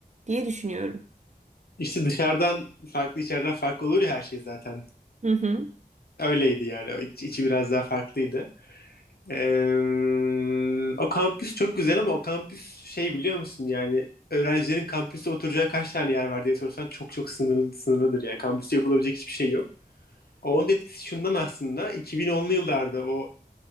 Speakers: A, on the right; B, on the left.
A: diye düşünüyorum.
B: İşte dışarıdan farklı içeriden farklı olur ya her şey zaten.
A: Hı hı.
B: Öyleydi yani. O İç- içi biraz daha farklıydı. Eee, o kampüs çok güzel ama o kampüs şey biliyor musun yani öğrencilerin kampüste oturacağı kaç tane yer var diye sorsan çok çok sınırlı, sınırlıdır yani kampüste yapılabilecek hiçbir şey yok. Onun etkisi şundan aslında 2010'lu yıllarda o